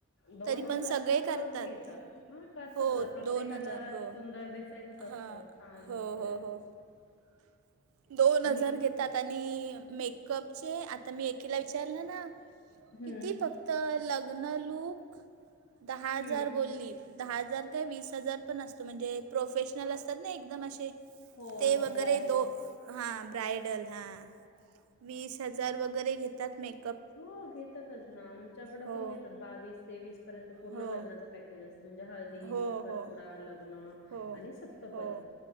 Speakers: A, on the left (about 60°); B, on the right (about 80°).
A: दोन
B: तरी पण
A: हजार
B: सगळे
A: तर सहज
B: करतात
A: घेतात. हा करततच
B: हो
A: प्रत्येकाला
B: दोन हजार हो
A: सुंदर दिसायचंच असतं
B: हां
A: छान
B: हो
A: वगै
B: हो <inaudible> दोन
A: आणि
B: हजार घेतात आणि मेकअपचे आता मी एकीला विचारलं ना
A: हम्म
B: किती फक्त लग्न लूक दहा हजार
A: हम्म
B: बोलली. दहा हजार काय वीस हजार पण असतो म्हणजे प्रोफेशनल असतात ना एकदम अशे
A: हो
B: ते
A: हो
B: वगैरे
A: ब्रायडल
B: दो हा ब्रायडल हा वीस हजार वगैरे घेतात मेक
A: हो घेतातच ना आमच्याकडे
B: हो
A: पण घेतात बावीस तेवीस पर्यंत पूर्ण
B: हो
A: लग्नाच पकेज असं म्हणजे हळदी,
B: हो
A: साखरपुडा,
B: हो
A: लग्न आं
B: हो
A: आणि सप्तपदी
B: हो